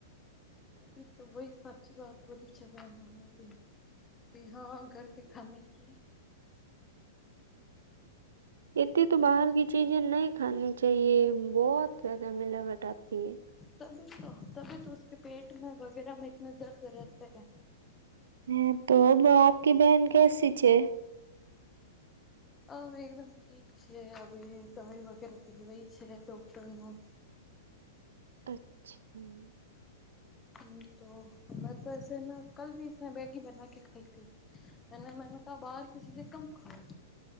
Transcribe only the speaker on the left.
ત બી તો વહી સાચી વાત બોલીચછા બહેનમને ભી કે હા ઘર કે ખાને કી
તબી તો તબી તોકે પેટ વગેરામાં ઈત્ના દર્દ રહેતા હે
હવે એકદમ ઠીક છે આવી દવાઈ વગેરે દિલવાઈ છે ડોક્ટર નું
હ તો હમને તો એસે ના કલ ભી ને મેગી બના કે ખાઈ તી. અને મેને કા બહાર કસીસે કમ ખાઓ.